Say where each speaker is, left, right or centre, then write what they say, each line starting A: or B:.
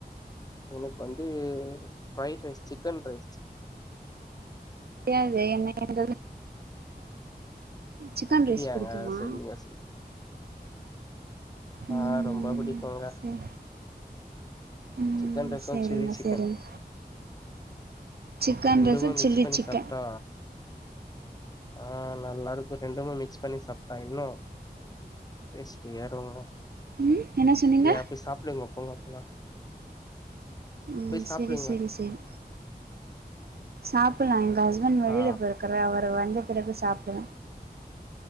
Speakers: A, on the left; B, on the right.
A: எனக்கு வந்து fried rice chicken fried rice
B: தெரியாது என்ன சிக்கன்
A: அப்படியாங்க
B: ரைஸ் பிடிக்குமா
A: சரிங்க சரிங்க
B: ம்
A: ஆ ரொம்ப பிடிக்குங்க
B: சரி ம்
A: சிக்கன் ரைசு
B: சரிங்க
A: சில்லி சிக்கன்
B: சரிங்க சிக்கன்
A: ரெண்டுவ
B: ரைஸு
A: மிக்ஸ்
B: சில்லி
A: பண்ணி
B: சிக்கன்
A: சாப்ட்டா ஆ நல்லாருக்கு ரெண்டுமே மிக்ஸ் பண்ணி சாப்ட்டா இன்னு டேஸ்ட் ஏறுங்க
B: ம் என்ன சொன்னீங்க
A: அப்டியா போய் சாப்பிடுங்க போங்க போங்க
B: ம்
A: போய் சாப்டுங்க
B: செரி செரி செரி சாப்பல்லா எங்க அஸ்பெண்டு வெளில
A: ஆ
B: போயி ருக்காரு அவரு வந்த பிறகு சாப்டுவ